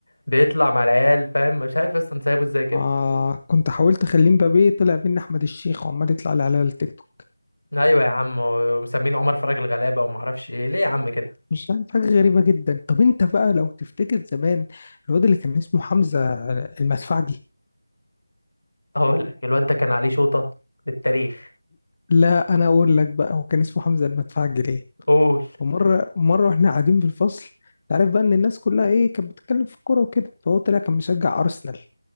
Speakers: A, on the left; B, on the left.
A: بيطلع مع العيال فاهم مش عارف اصلا سايبه ازاي كده
B: آه كنت حاولت اخليه مبابي طلع مني احمد الشيخ وعمال يطلع لي على التيك توك
A: ايوه يا عم ومسمين عمر فرج الغلابه وما اعرفش ايه ليه يا عم كده
B: مش عارف حاجه غريبه جدا طب انت بقى لو تفتكر زمان الواد اللي كان اسمه حمزه المدفعجي
A: اقول لك الواد ده كان عليه شوطه للتاريخ
B: لا انا اقول لك بقى هو كان اسمه حمزه المدفعجي ليه
A: قول
B: ومره مره واحنا قاعدين في الفصل تعرف بقى ان الناس كلها ايه كانت بتتكلم في الكوره وكده فهو طلع كان مشجع ارسنال